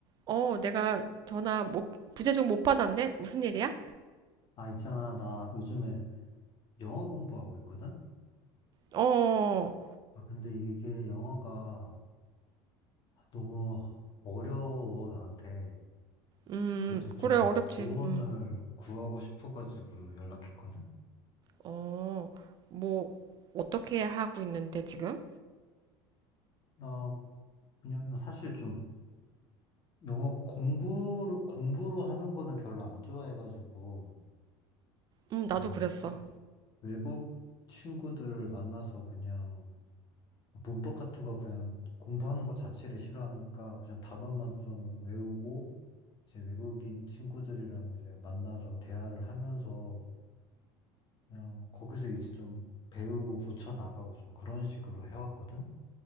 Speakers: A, on the right; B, on the left.
A: 어, 내가 전화 못, 부재중 못 받았네? 무슨 일이야?
B: 아, 있잖아. 나 요즘에 영어 공부하고 있거든?
A: 어,
B: 아, 근데 이게 영어가 너무 어려워, 나한테.
A: 음,
B: 그래서 좀
A: 그래, 어렵지.
B: 조언을
A: 음,
B: 구하고 싶어가지고 연락했거든?
A: 어, 뭐, 어떻게 하고 있는데, 지금?
B: 나 그냥 나 사실 좀 영어 공부로, 공부로 하는 거는 별로 안 좋아해가지고
A: 음,
B: 좀
A: 나도 그랬어.
B: 외국 친구들 만나서 그냥 문법 같은 거 그냥 공부하는 것 자체를 싫어하니까 그냥 단어만 좀 외우고 이제 외국인 친구들이랑 이제 만나서 대화를 하면서 그냥 거기서 이제 좀 배우고 고쳐 나가고 좀 그런 식으로 해왔거든?